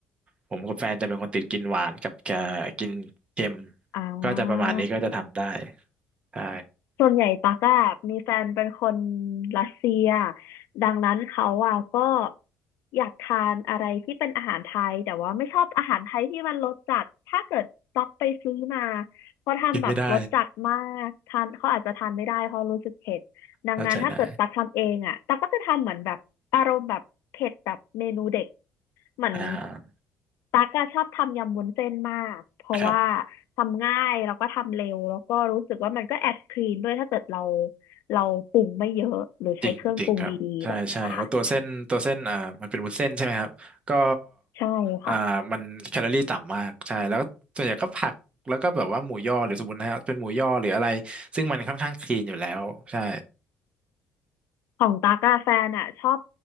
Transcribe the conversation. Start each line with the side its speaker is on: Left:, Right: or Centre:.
Right: ผมกับแฟนจะเป็นคนติดกินหวานกับเอ่อกินเค็ม
Left: อ่า
Right: ก็จะประมาณนี้ก็จะทำได้ใช่
Left: ส่วนใหญ่ตั๊กอะมีแฟนเป็นคนรัสเซีย ดังนั้นเขาอะก็อยากทานอะไรที่เป็นอาหารไทย แต่ว่าไม่ชอบอาหารไทยที่มันรสจัด ถ้าเกิดตั๊กไปซื้อมาเขาทำแบบรสจัดมากทานเขาอาจจะทานไม่ได้เพราะรู้สึกเผ็ดดังนั้นถ้าเกิดตั๊กทำเองอะตั๊กก็จะทำเหมือนแบบอารมณ์แบบเผ็ดแบบเมนูเด็ก
Right: กินไม่ได้เข้าใจได้
Left: เหมือน
Right: อ่า
Left: ตั๊กอะชอบทำยำวุ้นเส้นมากเพราะว่า
Right: ครับ
Left: ทำง่ายแล้วก็ทำเร็วแล้วก็รู้สึกว่ามันก็แอบคลีนด้วยถ้าเกิดเราเราปรุงไม่เยอะหรือใช้เครื่องปรุงดีๆแบบเนี้ยค่ะ
Right: จริงจริงครับใช่ใช่เพราะตัวเส้นตัวเส้นอ่ามันเป็นวุ้นเส้นใช่ไหมครับก็
Left: ใช่ค่ะ
Right: อ่ามันแคลอรี่ต่ำมากใช่แล้วส่วนใหญ่ก็ผักแล้วก็แบบว่าหมูย่อหรือสมมตินะฮะเป็นหมูย่อหรืออะไรซึ่งมันค่อนข้างคลีนอยู่แล้วใช่
Left: ของตั๊กอะแฟนอะชอบ